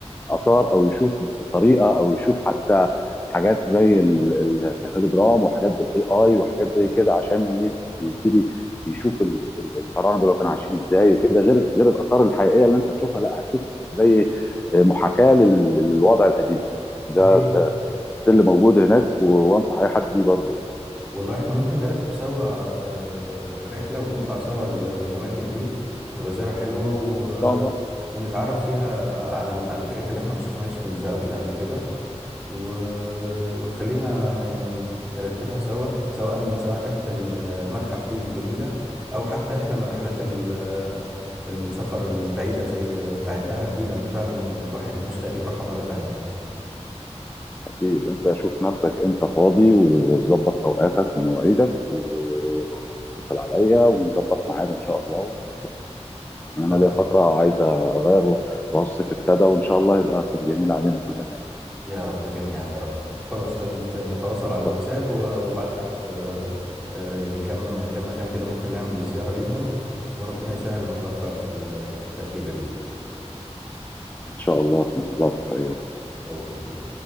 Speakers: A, on the left; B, in the centre.
A: اثار او يشوف طريقه او يشوف حتى حاجات زي ال- ال- الهولوجرام وحاجات بالاي اي وحاجات زي كده عشان ي- يبتدي يشوف ال- ال- الفراعنه دول كانوا عايشين ازاي وكده غير غير الاثار الحقيقيه اللي انت هتشوفها لا هتشوف زي محاكاه لل- للوضع القديم ده
B: صحيح
A: ستيل موجود هناك و- وانصح اي حد بيه برضه يعني
B: والله احنا ممكن نرتب سوا آه، رحلة ونطلع سوا ال- الأماكن دي هتبقى زيارة حلوة و...
A: ان
B: آه،
A: شاء الله
B: ونتعرف فيها على ال- على الحاجات اللي احنا ما شفناهاش في الزيارات اللي قبل كده و- وخلينا يعني نرتبها سوا سواء سواء رحلة ال- المتحف دي الجميلة أو حتى رحلة من رحلات ال- السفر البعيدة زي بتاع الدهب دي لأن فعلا الواحد مشتاق يروحها مرة تانية
A: أكيد أنت شوف نفسك إمتى فاضي وظبط أوقاتك ومواعيدك واتصل عليا ونظبط ميعاد إن شاء الله ونطلع يعني
B: خلاص
A: أنا ليا فترة عايز أغير و- وهو الصيف ابتدى وإن شاء الله يبقى صيف جميل علينا كلنا يعني
B: يا رب جميعا يا رب خلاص نت- نتواصل
A: إن
B: على
A: شاء
B: الواتساب و- وابعت لك آه، آه، يعني كم كم مكان كده ممكن نعمل الزيارة ليهم وربنا يسهل ونتوفق في ال- في الترتيبة دي
A: إن شاء الله في انتظارك في أي وقت.
B: أوكي